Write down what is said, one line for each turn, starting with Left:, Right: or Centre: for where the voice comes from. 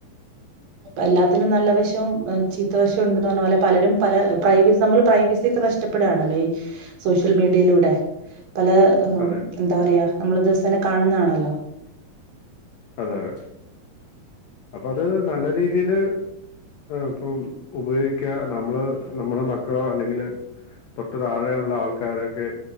Right: എല്ലാത്തിനും നല്ല വശവും ചീത്തവശവും ഉണ്ടന്ന് പറഞ്ഞ പോലെ പലരും പല പ്രൈവസി നമ്മൾ പ്രൈവസി ഒക്കെ നഷ്ടപ്പെടുകയാണല്ലോ ഈ സോഷ്യൽ മീഡിയയിലൂടെ പല
Left: അതെ
Right: എന്താ പറയാ നമ്മൾ ദിവസേന കാണുന്ന ആണ് ഹലോ
Left: അതെ അതെ അപ്പ അത് നല്ല രീതിയില് ഇപ്പം ഉപയോഗിക്കുക നമ്മള് നമ്മുടെ മക്കളോ അല്ലെങ്കില് പ തൊട്ട് താഴെയുള്ള ആൾക്കാരൊക്കെ